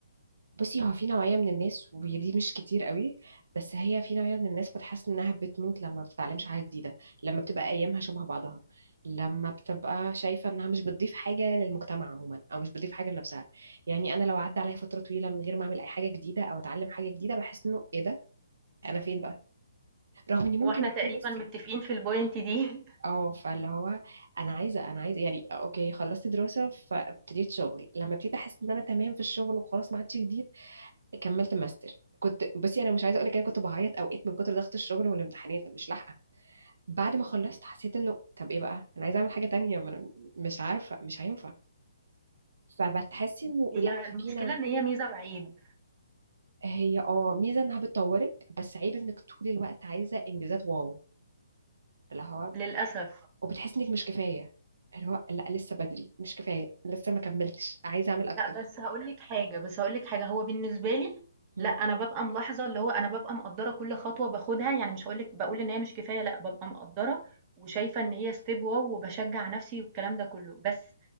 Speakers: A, on the right; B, on the right.
A: بصي هو في نوعية من الناس ودي مش كتير قوي بس هي في نوعية من الناس بتحس إنها بتموت لما ما بتتعلمش حاجة جديدة لما بتبقى أيامها شبه بعضها لما بتبقى شايفة إنها مش بتضيف حاجة للمجتمع عموما أو مش بتضيف حاجة لنفسها يعني أنا لو عدى عليا فترة طويلة من غير ما أعمل أي حاجة جديدة أو أتعلم حاجة جديدة بحس إنه إيه ده أنا فين بقى رغم إني ممكن
B: هو إحنا
A: أكون
B: تقريبًا
A: لسه
B: متفقين في الpoint دي.
A: اه فاللي هو انا عايزه انا عايزه يعني اوكي خلصت دراسه فابتديت شغل لما ابتديت احس ان انا تمام في الشغل وخلاص ما عادش جديد كملت ماستر كنت بصي انا مش عايزه اقول لك انا كنت بعيط اوقات من كتر ضغط الشغل والامتحانات مش لاحقه بعد ما خلصت حسيت انه طب ايه بقى انا عايزه اعمل حاجه تانية ما أنا مش عارفه مش هينفع فبتحسي
B: <laughs>
A: انه
B: هي
A: لا
B: المشكلة
A: فينا
B: إن هي ميزة وعيب
A: هي اه ميزه انها بتطورك بس عيب انك طول الوقت عايزه انجازات واو اللي هو
B: للأسف.
A: وبتحس انك مش كفايه اللي هو لا لسه بدري مش كفايه لسه ما كملتش عايزه اعمل اكتر
B: لأ، بس هاقول لِك حاجة، بس هاقول لِك حاجة، هو بالنسبة لي
A: مم.
B: لأ، أنا بابقى ملاحظة اللي هو أنا بابقى مقدّرة كل خطوة باخدها، يعني مش هاقول لِك باقول إن هي مش كفاية لأ، بابقى مقدّرة وشايفة إن هي step wow وباشجّع نَفْسي والكلام ده كُلّه، بس